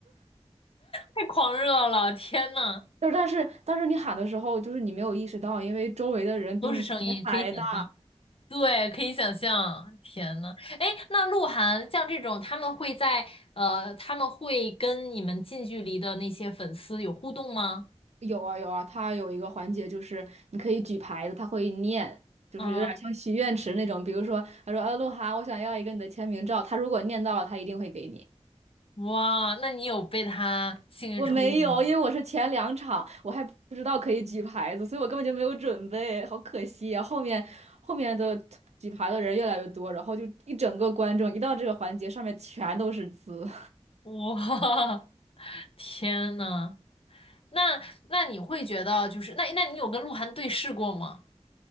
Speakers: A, on the left; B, on the right.
A: 太狂热了，天呐，
B: 就是但是但是你喊的时候，就是你没有意识到，因为周围的人比你声音还大。
A: 都是声音，可以想象，对，可以想象，天呐，哎，那鹿晗像这种，他们会在呃，他们会跟你们近距离的那些粉丝有互动吗？
B: 有啊有啊，他有一个环节就是你可以举牌子，他会念，就是有点像许愿池那种。
A: 嗯，
B: 比如说，他说：“呃，鹿晗，我想要一个你的签名照。”他如果念到了，他一定会给你。
A: 哇，那你有被他幸运抽中吗？
B: 我没有，因为我是前两场，我还不知道可以举牌子，所以我根本就没有准备，好可惜啊！后面后面的举牌的人越来越多，然后就一整个观众一到这个环节，上面全都是字，
A: 哇，<laughs> 天呐！那那你会觉得就是那那你有跟鹿晗对视过吗？